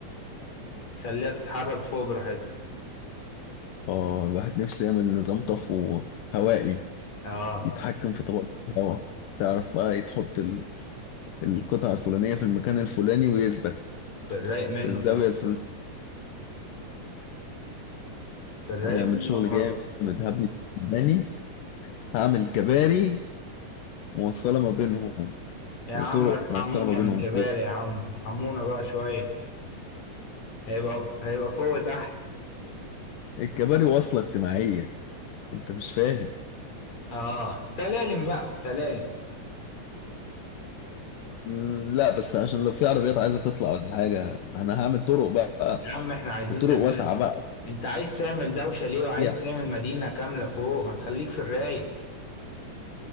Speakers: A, on the left; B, on the left.
A: <laughs> خليها تتحرك فوق براحتها
B: اه الواحد نفسه يعمل نظام طفو هوائي
A: اه
B: يتحكم في طبقة الهواء تعرف اه تحط ال- القطعة الفلانية في المكان الفلاني ويثبت
A: في الرايق منه
B: في الزاوية
A: ده
B: الفلانية
A: في الرايق
B: هنعمل
A: منه
B: شغل
A: خالص
B: جامد هبني بني هعمل كباري موصلة ما بينهم
A: يا
B: وطرق
A: عم ارحمونا
B: موصلة ما بينهم
A: من الكبار
B: فوق
A: يا عم ارحمونا بقى شوية هيبقى هيبقى فوق تحت
B: الكباري واصلة اجتماعية انت مش فاهم
A: اه سلالم بقى سلالم
B: مم، لا بس عشان لو في عربيات عايزة تطلع ولا حاجة انا هعمل طرق بقى
A: يا عم احنا عايزين
B: وطرق
A: نعملها
B: واسعة بقى
A: انت عايز تعمل دوشة ليه وعايز
B: يعني
A: تعمل مدينة كاملة فوق ما تخليك في الرايق